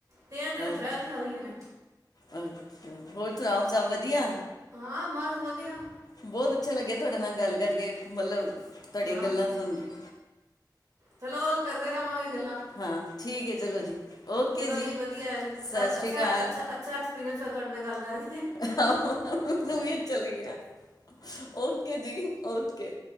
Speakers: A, on the right (about 55°); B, on the left (about 60°).
A: ਤੇ, ਇਹ ਜਰਾ ਠਹਿਰ
B: ਅੱਛਾ
A: ਕੇ ਆ ਗਈਆਂ ਨੇ
B: ਅੱਛਾ, ਹੋਰ ਸੁਣਾਓ? ਸਭ ਵਧੀਆ
A: ਹਾਂ ਬਸ, ਵਧੀਆ
B: ਬਹੁਤ ਅੱਛਾ ਲੱਗਿਆ, ਤੁਹਾਡੇ ਨਾਲ ਗੱਲ ਕਰਕੇ, ਮਤਲਬ ਤੁਹਾਡੀਆਂ
A: ਹਾਂ
B: ਗੱਲਾਂ ਸੁਣ ਕੇ
A: ਚਲੋ, ਕਰਦੇ ਰਵਾਂਗੇ ਗੱਲਾਂ
B: ਹਾਂ ਠੀਕ ਹੈ ਚਲੋ ਜੀ ਓਕੇ
A: ਚਲੋ ਜੀ, ਵਧੀਆ ਜੀ ਅ
B: ਸਤਿ ਸ਼੍ਰੀ
A: ਅੱਛਾ-ਅੱਛਾ-ਅੱਛਾ
B: ਅਕਾਲ
A: ਫਿਰ ਅੱਛਾ, ਤੁਹਾਂਡੇ ਨਾਲ ਗੱਲ ਕਰ
B: ਮੈਨੂੰ ਵੀ ਚਲੇ ਗਿਆ ਓਕੇ ਜੀ, ਓਕੇ